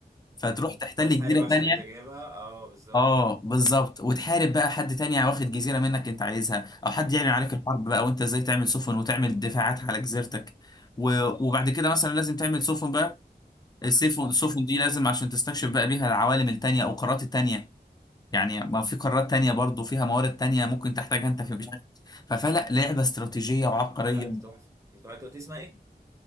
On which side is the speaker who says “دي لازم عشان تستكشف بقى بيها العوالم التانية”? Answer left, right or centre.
Left